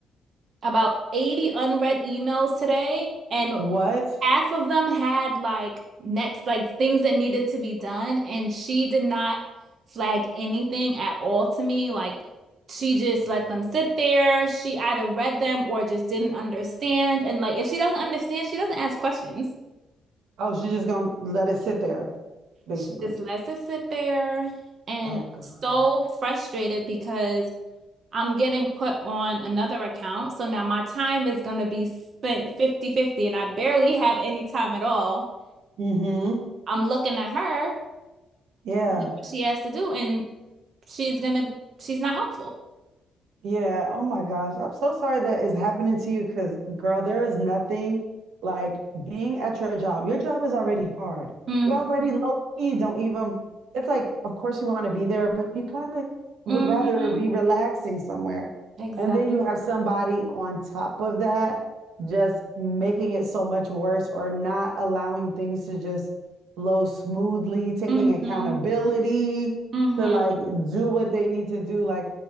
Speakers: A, on the right; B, on the right.
A: about 80 unread emails today, and
B: What?
A: half of them had like next, like things that needed to be done. And she did not flag anything at all to me. Like she just let them sit there. She either read them or just didn't understand. And like if she doesn't understand, she doesn't ask questions.
B: Oh, she's just gonna let it sit there, basically.
A: She just lets it sit there. And
B: Oh
A: I'm
B: gosh.
A: so frustrated because I'm getting put on another account. So now my time is going to be spent fifty-fifty, and I barely have any time at all.
B: Mm-hmm.
A: I'm looking at her,
B: Yeah.
A: what she has to do, and she's going to, she's not helpful.
B: Yeah. Oh my gosh. I'm so sorry that is happening to you because, girl, there is nothing like being at your job. Your job is already hard.
A: Mm-hmm.
B: You're already low key. Don't even, it's like, of course, you want to be there, but you kind of would
A: Mm-hmm.
B: rather be relaxing somewhere.
A: Exactly.
B: And then you have somebody on top of that, just making it so much worse or not allowing things to just flow smoothly, taking
A: Mm-hmm.
B: accountability
A: Mm-hmm.
B: to like do what they need to do. Like,